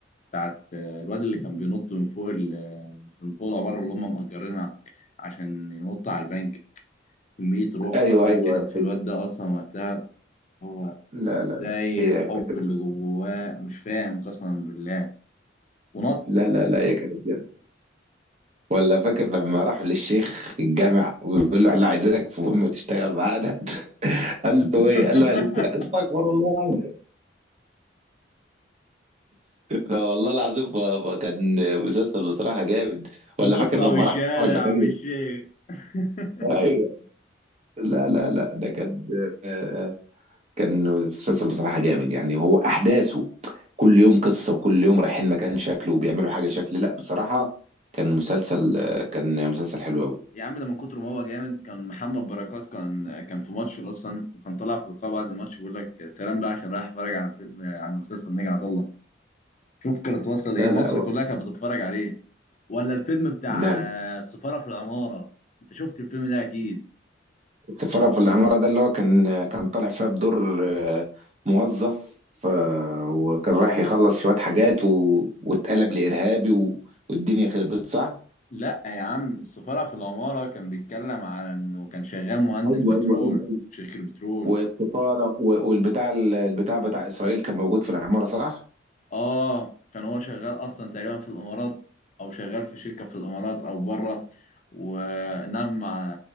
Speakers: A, on the left (about 40°); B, on the right (about 35°).
A: ساعة آه، الواد اللي كان بينط من فوق ال- آه، من فوق العمارة اللي هم مأجرينها عشان ينط على البنك كمية روح
B: ايوه
A: أصلا
B: ايوه
A: كانت في
B: أيوة.
A: الواد ده أصلا وقتها هو
B: لا
A: إزاي
B: لا لا هي
A: الحب
B: كانت
A: اللي جواه مش فاهم قسما بالله ونط
B: لا لا لا هي كانت جامدة. ولا فاكر لما راح للشيخ الجامع وبيقول له احنا عايزينك في مهمه تشتغل معانا <laughs> قال له
A: <laughs>
B: ايه قال له هنسرق استغفر الله لا والله العظيم ف- ف- كان مسلسل بصراحة جامد ولا
A: النصرة
B: فاكر لما
A: والشهادة
B: راح للراجل
A: يا عم الشيخ <laughs>
B: ايوه لا لا لا ده كان آه، كان مسلسل بصراحة جامد يعني هو أحداثه كل يوم قصة وكل يوم رايحين مكان شكل وبيعملوا حاجة شكل لا بصراحة كان مسلسل آه، كان مسلسل حلو أوي
A: يا عم ده من كتر ما هو جامد كان محمد بركات كان كان في ماتش أصلا وكان طالع في لقاء بعد الماتش بيقول لك سلام بقى عشان رايح أتفرج على فيلم على مسلسل نجا عطله شوف كانت واصله لايه
B: لا
A: مصر
B: لا هو
A: كلها كانت بتتفرج عليه ولا الفيلم بتاع
B: لا لا.
A: آه، السفاره في العماره انت شفت الفيلم ده اكيد
B: السفارة في العمارة ده اللي هو كان كان طالع فيها بدور آه، موظف آه، وكان رايح يخلص شوية حاجات و... واتقلب لإرهابي و... والدنيا خربت صح؟
A: لا يا عم السفاره في العماره كان بيتكلم على انه كان شغال مهندس
B: ايوه
A: بترول
B: ايوه ايوه
A: في شركه بترول
B: والسفاره و- والبتاع ال- البتاع بتاع اسرائيل كان موجود في العماره صح؟
A: اه كان هو شغال اصلا تقريبا في الامارات او شغال في شركه في الامارات او بره ونام مع